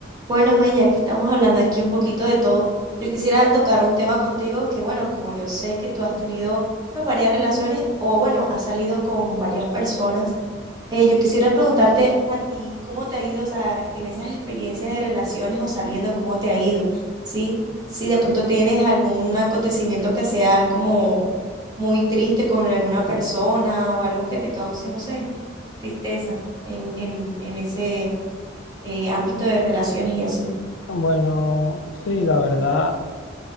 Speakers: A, on the right; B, on the left.
A: Bueno, May, ya que estamos hablando aquí un poquito de todo, yo quisiera tocar un tema contigo que, bueno, como yo sé que tú has tenido pues, varias relaciones o, bueno, has salido con varias personas, eh, yo quisiera preguntarte a ti cómo te ha ido, o sea, en esas experiencias de relaciones o saliendo, cómo te ha ido, ¿sí? Si de pronto tienes algún acontecimiento que sea como muy triste con alguna persona o algo que te cause, no sé, tristeza en, en, en ese eh, ámbito de relaciones y así.
B: Bueno, sí, la verdad,